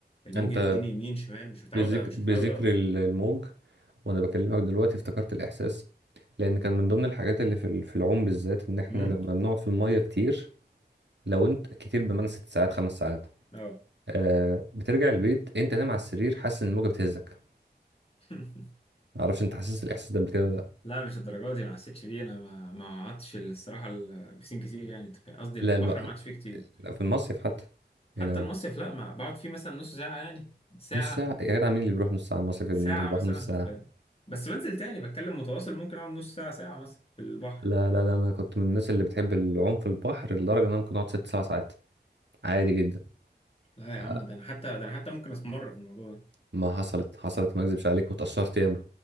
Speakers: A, on the left; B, on the right.
A: الموج
B: انت
A: يوديني يمين شمال مش متعود
B: بذكر
A: مش
B: بذكر
A: متعود اقف
B: ال- الموج وانا بكلمك دلوقتي افتكرت الإحساس لأن كان من ضمن الحاجات اللي في ال- في العوم بالذات إن إحنا
A: امم
B: لما بنقعد في المية كتير لو أنت كتير بمعنى ست ساعات خمس ساعات
A: اه
B: آه بترجع البيت أنت نايم على السرير حاسس إن الموجة بتهزك
A: <laughs>
B: معرفش أنت حاسس الإحساس ده بكده
A: لا مش الدرجات دي ما حسيتش بيه انا ما ما قعدتش الصراحه البسين كتير يعني أنت فاهم؟ قصدي
B: لا
A: البحر
B: الب...
A: ما قعدتش فيه كتير
B: لا، في المصيف حتى
A: حتى
B: يعني هو
A: المصيف لا ما بقعد فيه مثلا نص ساعة يعني ساعة
B: نص ساعة يا جدع مين اللي بيروح نص ساعة المصيف اللي
A: ساعة
B: ينزل البحر
A: مثلا
B: نص
A: انت
B: ساعة
A: فاهم بس بنزل تاني بتكلم متواصل ممكن اقعد نص ساعة ساعة مثلا في البحر
B: لا لا لا أنا كنت من الناس اللي بتحب العوم في البحر لدرجة إن أنا ممكن أقعد ست سبع ساعات عادي جدا
A: لا يا
B: آه،
A: عم ده انا حتى ده انا حتى ممكن اسمر في الموضوع ده
B: ما حصلت حصلت ما أكذبش عليك واتأثرت ياما